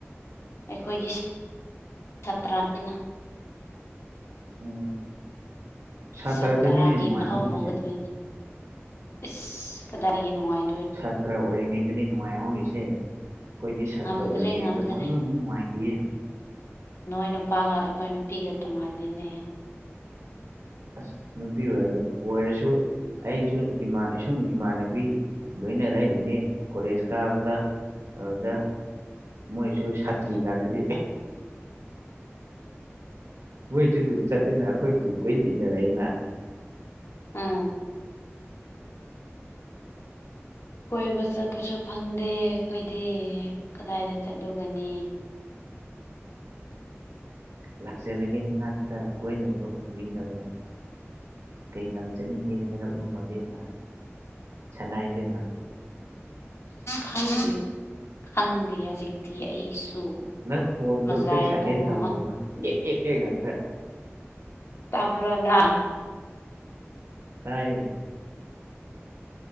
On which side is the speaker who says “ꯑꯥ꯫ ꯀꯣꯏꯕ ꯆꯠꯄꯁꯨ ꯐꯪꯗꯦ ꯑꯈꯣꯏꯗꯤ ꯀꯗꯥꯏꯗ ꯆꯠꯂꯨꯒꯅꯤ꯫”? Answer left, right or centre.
Left